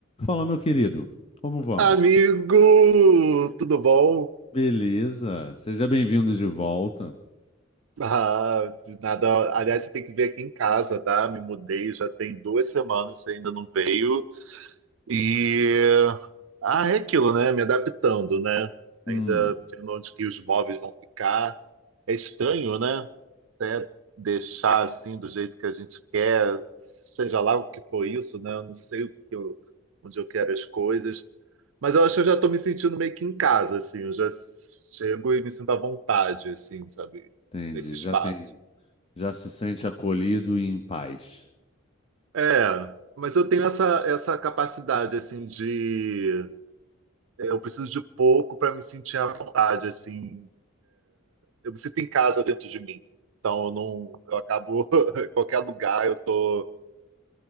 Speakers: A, on the left (about 30°); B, on the right (about 70°).
A: Fala, meu querido. Como vamos?
B: Amigo, tudo bom?
A: Beleza. Seja bem-vindo de volta.
B: Ah, de nada. Aliás, você tem que vir aqui em casa, tá? Me mudei já tem duas semanas, você ainda não veio. E ah, é aquilo, né? Me adaptando, né?
A: Hum,
B: Ainda vendo onde que os móveis vão ficar. É estranho, né? Até deixar assim do jeito que a gente quer, seja lá o que for isso, né? Eu não sei o que eu- onde eu quero as coisas. Mas eu acho que eu já estou me sentindo meio que em casa, assim. Eu já chego e me sinto à vontade, assim, sabe?
A: entendi.
B: Nesse espaço.
A: Já tem, já se sente acolhido e em paz.
B: É, mas eu tenho essa, essa capacidade, assim, de... é, Eu preciso de pouco para me sentir à vontade, assim. Eu me sinto em casa dentro de mim. Então eu não... Eu acabo... <laughs> em qualquer lugar eu tô...